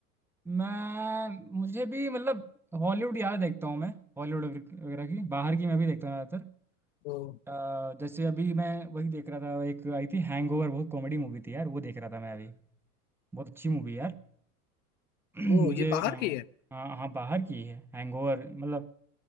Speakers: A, in the centre; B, on the left (about 55°).
A: मैं मुझे भी मतलब हॉलीवुड यार देखता हूँ मैं हॉलीवुड वगैरह की बाहर की मैं भी देखता हूँ ज़्यादातर
B: ओ,
A: अ, जैसे अभी मैं वही देख रहा था एक आई थी हैंगओवर बहुत कॉमेडी मूवी थी यार वो देख रहा था मैं अभी बहुत अच्छी मूवी यार <clears throat>
B: ओ
A: मुझे
B: ये बाहर
A: हाँ
B: की है
A: हाँ हाँ, बाहर की है हैंगओवर मतलब